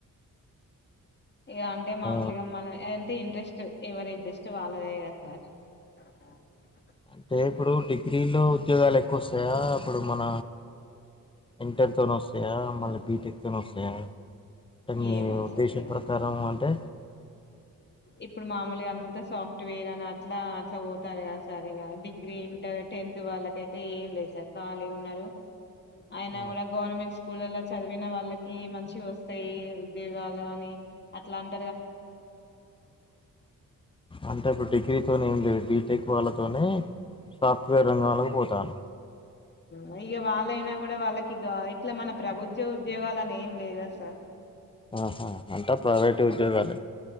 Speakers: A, on the left (about 30°); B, on the left (about 15°).
A: ఇ అంటే మామూలుగా
B: ఆ
A: మనం ఏంటి ఇంట్రెస్ట్ ఎవరి ఇంట్రెస్ట్ వాళ్ళదే కద సార్ అ
B: అంటే ఇప్పుడు డిగ్రీలో ఉద్యోగాలు ఎక్కువ వస్తాయా అప్పుడు మన ఇంటర్తో వస్తాయా మళ్ళీ బీటెక్తో వస్తాయా మీ
A: ఏమో
B: ఉద్దేశం
A: సార్ ఇగ
B: ప్రకారం అంటే
A: ఇప్పుడు మామూలుగా అ సాఫ్ట్వేర్ అని అట్లా అట్లా పోతారు కదా సరిగా డిగ్రీ ఇంటర్ టెన్త్ వాళ్ళకయితే ఏం లేదు సార్ ఖాళీ ఉన్నారు అయినా
B: ఆ
A: కూడా గవర్నమెంట్ స్కూలలో చదివిన వాళ్ళకి మంచి వస్తు వస్తాయి ఉద్యోగాలు అని అట్లాంటి
B: అంటే ఇప్పుడు డిగ్రీతోనే ఏం లేదు బీటెక్ వాళ్ళతోనే సాఫ్ట్వేర్ రంగం లో కి పోతారు
A: ఉ ఇక వాళ్ళైనా కూడా వాళ్ళకి ఇట్లా మన ప్రభుత్వ ఉద్యోగాలుని ఏం లేదా సార్
B: ఆహా అంటా ప్రైవేట్ ఉద్యోగాలే